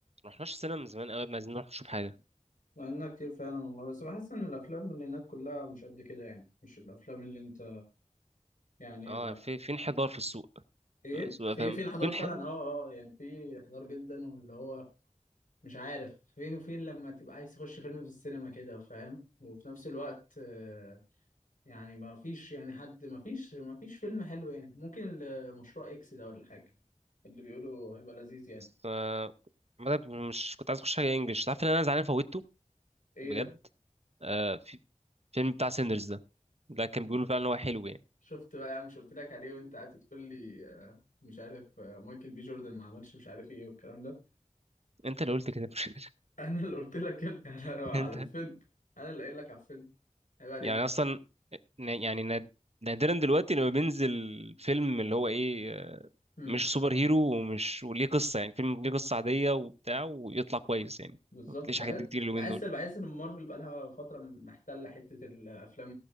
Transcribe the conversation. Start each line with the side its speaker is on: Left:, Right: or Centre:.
Right: رحناش السينما من زمان قوي عايزين نروح نشوف حاجة
Left: لأنها كتير فعلا والله بس بحس إن الأفلام اللي هناك كلها مش قد كده يعني مش الأفلام اللي أنت يعني
Right: اه
Left: بقى
Right: في في انحدار في السوق
Left: إيه
Right: سوق
Left: في
Right: فاهم
Left: في انحدار
Right: في انحدار
Left: فعلا أه أه آه، يعني في انحدار جدا واللي هو مش عارف فين وفين لما تبقى عايز تخش فيلم في السينما كده فاهم وفي نفس الوقت آه، يعني ما فيش يعني حد ما فيش ما فيش فيلم حلو يعني ممكن ال- مشروع إكس ده ولا حاجة اللي بيقولوا هيبقى لذيذ يعني
Right: ف... بدأت مش كنت عايز اخش حاجة انجلش تعرف ان انا زعلان فوتته
Left: إيه
Right: بجد
Left: ده؟
Right: آه في فيلم بتاع سيندرز ده ده كان بيقولوا فعلا ان هو حلو يعني
Left: شفت بقى يا عم مش قلت لك عليه وانت قاعد تقول لي آه، مش عارف آه، مايكل بي جوردن ما عملش مش عارف ايه والكلام ده
Right: انت اللي قلت كده مش
Left: <laughs> انا اللي قلت لك يا ابني على
Right: <laughs>
Left: <laughs> على
Right: انت
Left: الفيلم انا اللي قايل لك على الفيلم عيب عليك
Right: يعني اصلا ن- يعني ناد- نادرا دلوقتي لما بينزل فيلم اللي هو ايه آه،
Left: امم
Right: مش سوبر هيرو ومش وليه قصة يعني فيلم ليه قصة عادية وبتاع ويطلع كويس يعني
Left: بالظبط
Right: ما بتلاقيش
Left: بحس
Right: حاجات دي كتير اليومين
Left: بحس
Right: دول
Left: بحس ان مارفل بقى لها فتره محتله حته الافلام